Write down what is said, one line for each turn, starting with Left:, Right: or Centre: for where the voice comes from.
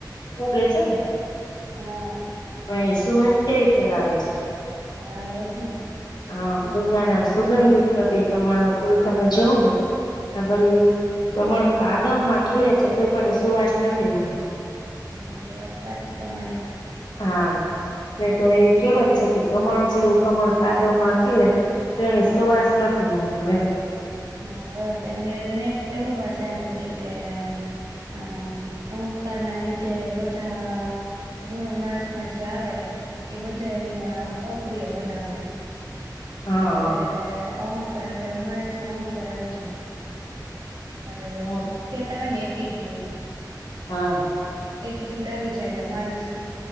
Left: ઉગે છે.
Right: હમ.
Left: પણ એ સુવાસ કેવી ફેલાવે છે.
Right: હા એજ ને.
Left: હા દુનિયાને આમ સુગંધિત બે કમળ નો ફૂલ તમે જોવં ને. અ ઘરી
Right: હા
Left: કમળ.... ાદવ માં ખીલે છે તો પણ સુવાસ નથી મળતો.
Right: હા એ વાત સાચી તમારે.
Left: હા એટલે તો એવી કેવાત છે કે કમળ જેવું કમળ. કાદવ માખી લે તેની સુવાસ નથી મુકતું એમ.
Right: હા એ મે મેં એવું પણ સાંભળ્યું છે કે- આમાં અહંકાર ના લીધે બધા ગુણો માણસ માંથી આવે એ બધા એને અપ્રિય બનાવે.
Left: હા
Right: એટલે કે અહંકાર આપડે માણસ.... હું કરાવી છે. અલગ અલ
Left: હા
Right: કે તમે નેટી.... પૂકું. <unintelligible>
Left: હા.
Right: એટ ચ ઉડાવી જાય એટલે માણસ